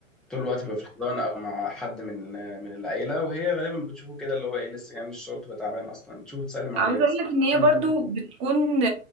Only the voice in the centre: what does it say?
طول الوقت بيبقوا في الحضانه او مع حد من آه، من العيله وهي غالبا بتشوفه كده اللي هو ايه لسه جاي من الشغل تبقى تعبان اصلا بتشوفه تسلم
عليه بس
أيوة
تمام.